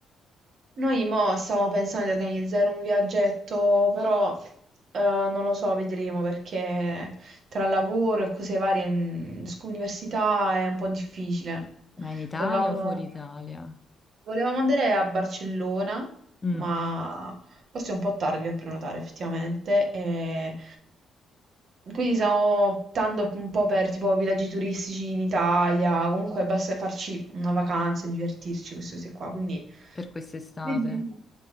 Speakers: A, on the right; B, on the left.
A: Noi mo stiamo pensando di organizzare un viaggetto, però eh, non lo so, vedremo perché tra lavoro e cose varie, mm, scu- università è un po' difficile.
B: Ma in Italia
A: Volevamo,
B: o fuori Italia?
A: volevamo andare a Barcellona,
B: Mm,
A: ma forse è un po' tardi per prenotare effettivamente. E quindi stiamo optando un po' per tipo villaggi turistici in Italia, comunque basta farci una vacanza e divertirci, queste cose qua. Quindi.
B: per quest'estate?
A: Vedremo.